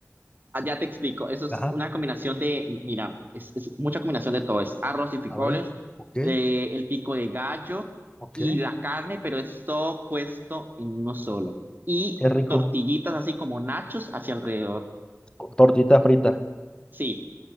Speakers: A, on the right; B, on the left.
A: Ah, ya te explico, eso es
B: ajá,
A: una combinación de, mira, es, es mucha combinación de todo, es arroz y frijoles,
B: a ver, Ok,
A: eh, el pico de gallo
B: ok.
A: y la carne, pero es todo puesto en uno solo. Y
B: qué rico,
A: tortillitas así como nachos hacia alrededor.
B: con tortita frita.
A: Sí,